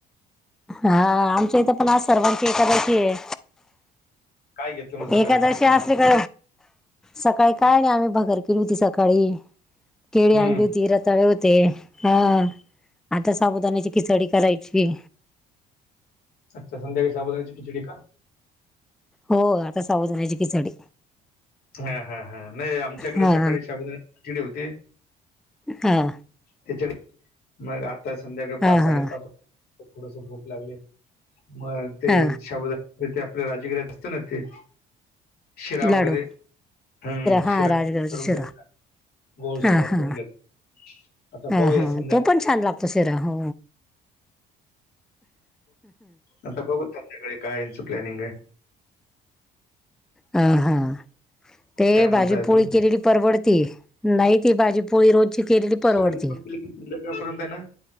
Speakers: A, in the centre; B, on the left.
A: हा आमच्या इथं पण आज सर्वांची एकादशी आहे.
B: काय घेतलं मग
A: एकादशी
B: सकाळी काय
A: आसली का... सकाळी काय नाही आम्ही भगर केली होती. सकाळी केळी
B: हं,
A: आणली होती रत रताळे होते हा आता साबुदाण्याची खिचडी करायचीये
B: अच्छा संध्याकाळी साबुदाण्याची खिचडी का?
A: हो आता साबुदाण्याची खीचडी.
B: हा हा हा नाही आमच्याकडे
A: हा
B: सकाळी साबुदाण्याची खिचडी होती.
A: हां
B: त्याच्याकडे मग आता संध्याकाळी पाच
A: हा हा
B: साडेपाच वाज.... थोडस भूक लागली ये मग ते
A: हा
B: साबुदाण्याची... जेते आपल राजगिऱ्याच असतं ना ते... शिरा
A: लाडू
B: वगैरे हम्म
A: हा
B: शिरा
A: राजगराचा
B: करून
A: शिरा
B: घेतला. गोड शीरा
A: हा
B: करुन
A: हा
B: घेत आता
A: हा
B: पाहूया
A: हा
B: संध्याकाळी
A: तो पण छान लागतो शीरा हो.
B: आता बघू संध्याकाळी काय ह्यांचं प्लॅनिंग आहे?
A: ह हा ते
B: काय म्हणता
A: भाजी
B: अजून
A: पोळी केलेली परवडती नाही ती भाजी पोळी रोजची केलेली परवडती
B: पण ते की संध्याकाळपर्यंत आहे ना